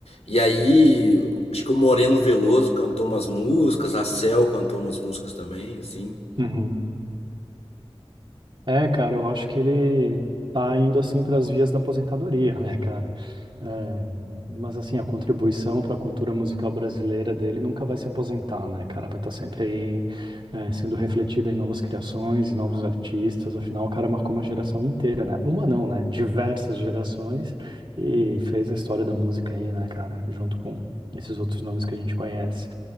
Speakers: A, on the left; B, on the right.
A: e aí, acho que o Moreno Veloso cantou umas músicas, a Cel cantou umas músicas também, assim.
B: uhum. É, cara, eu acho que ele tá indo assim para as vias da aposentadoria, <laughs> né, cara? É, mas assim, a contribuição para a cultura musical brasileira dele nunca vai se aposentar, né, cara? Vai estar sempre aí, é, sendo refletida em novas criações, em novos artistas. Afinal, o cara marcou uma geração inteira, né? Uma não, né? Diversas gerações e fez a história da música aí, né, cara? Junto com esses outros nomes que a gente conhece.